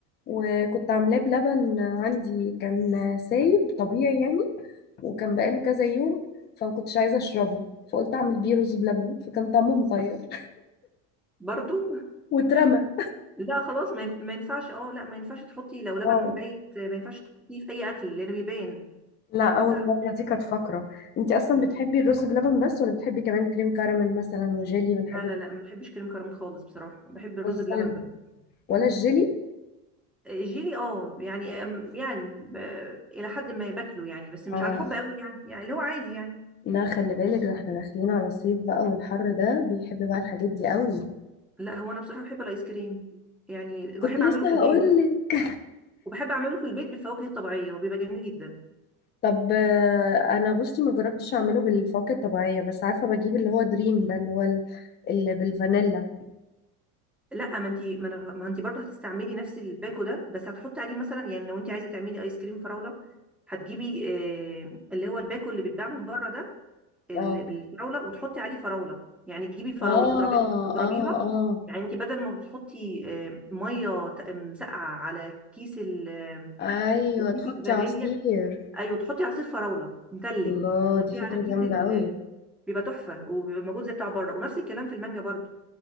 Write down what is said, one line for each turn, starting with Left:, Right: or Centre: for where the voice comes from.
Left: وكنت عاملاه بلبن عندي كان سايب طبيعي يعني وكان بقاله كذا يوم فما كنتش عايزة أشربه فقلت أعمل بيه رز بلبن فكان طعمه مغير
Centre: برضو
Left: واترمى
Centre: لا خلاص ما ينف- ما ينفعش اه لا ما ينفعش تحطي لو
Left: اه
Centre: لبن بايت ما ينفعش تحطيه في اي اكل لان بيبان
Left: لا
Centre: حتى
Left: اول
Centre: لو
Left: مره دي كانت فقره انت اصلا
Centre: مم.
Left: بتحبي الرز بلبن بس ولا بتحبي كمان كريم كراميل مثلا وجيلي والحاجات
Centre: لا لا
Left: دي
Centre: لا ما بحبش كريم كراميل خالص بصراحه بحب الرز
Left: بتهزري.
Centre: بلبن بس
Left: ولا الجيلي
Centre: الجيلي اه يعني أم- يعني ب... الى حد ما باكله يعني بس مش
Left: اه
Centre: عن حب قوي يعني يعني اللي هو عادي يعني
Left: لا خلي بالك ده احنا داخلين على صيف بقى والحر ده بيحب بقى الحاجات دي قوي
Centre: لا هو انا بصراحه بحب الايس كريم يعني بحب
Left: كنت لسه
Centre: اعمله في البيت
Left: هقول لك
Centre: وبحب اعمله في البيت بالفواكه الطبيعيه وبيبقى جميل جدا
Left: طب آه، انا بصي ما جربتش اعمله بالفواكه الطبيعيه بس عارفه بجيب اللي هو دريم ده اللي هو ال- اللي بالفانيلا
Centre: لا ما انت ما, أنا- ما انت برضه هتستعملي نفس الباكو ده بس هتحطي عليه مثلا يعني لو انت عايزه تعملي ايس كريم فراوله هتجيبي آه، اللي هو الباكو اللي بيتباع من بره ده ال-
Left: اه
Centre: بالفراوله وتحطي عليه فراوله يعني تجيبي فراوله
Left: اه
Centre: تضربيها تضربيها
Left: اه اه
Centre: يعني انت بدل ما بتحطي آه، ميه ت- مسقعه على كيس ال- آه،
Left: ايوه تحطي
Centre: كيس الفانيليا
Left: عصير
Centre: ايوه تحطي عصير فراوله مثلج
Left: الله
Centre: تحطيه
Left: دي فكرة
Centre: على كيس
Left: جامدة
Centre: ال-
Left: قوي
Centre: بيبقى تحفه وبيبقى موجود زي بتاع بره ونفس الكلام في المانجا برضه